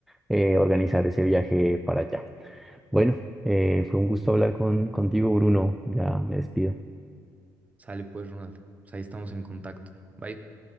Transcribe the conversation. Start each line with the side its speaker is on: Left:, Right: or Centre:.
Centre: eh, organizar ese viaje para allá. Bueno, eh, fue un gusto hablar con, contigo, Bruno. Ya me despido.
Right: Sale pues, Ronald. Pues ahí estamos en contacto. Bye.